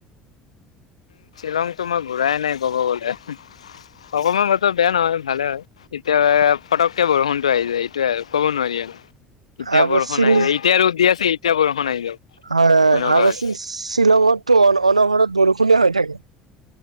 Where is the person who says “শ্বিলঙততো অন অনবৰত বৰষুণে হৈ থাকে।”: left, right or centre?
Right